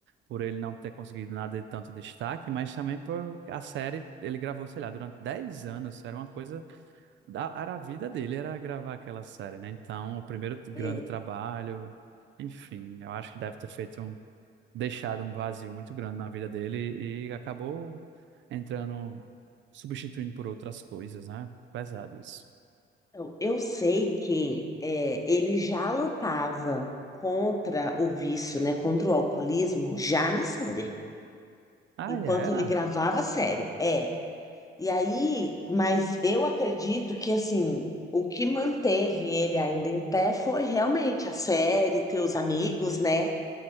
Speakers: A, on the right; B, on the left.
A: por ele não ter conseguido nada de tanto destaque, mas também por a série, ele gravou, sei lá, durante 10 anos. Era uma coisa da- era a vida dele, era gravar aquela série, né? Então, o primeiro grande
B: É,
A: trabalho, enfim, eu acho que deve ter feito um, deixado um vazio muito grande na vida dele e acabou entrando, substituindo por outras coisas, né? Pesado isso.
B: então, eu sei que é, ele já lutava contra o vício, né, contra o alcoolismo, já na série,
A: Ah,
B: enquanto
A: e era?
B: ele gravava a série. É, e aí, mas eu acredito que, assim, o que manteve ele ainda em pé foi realmente a série, ter os amigos, né?